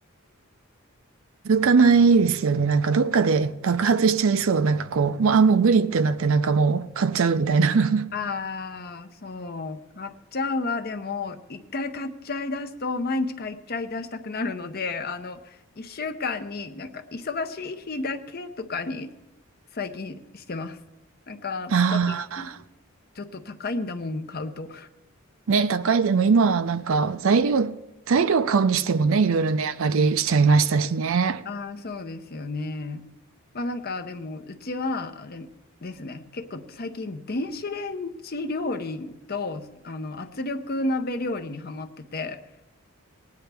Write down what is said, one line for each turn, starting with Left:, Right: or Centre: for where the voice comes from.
Right: 続かないですよね。なんかどっかで爆発しちゃいそう。なんかこう、もう、あ、もう無理ってなって、なんかもう買っちゃうみたいな。<laughs>
Left: ああ、そう、買っちゃうわでも、一回買っちゃい出すと、毎日買っちゃい出したくなるので、あの、一週間になんか、忙しい日だけとかに、最近してます。なんか、
Right: あ
Left: だって、ちょっと高いんだもん、買うと。
Right: あ、ね、高い。でも今はなんか材料、材料買うにしてもね、いろいろ値上がりしちゃいましたしね。
Left: ああ、そうですよね。まあなんかでも、うちはあれですね、結構最近電子レンジ料理とあの圧力鍋料理にハマってて、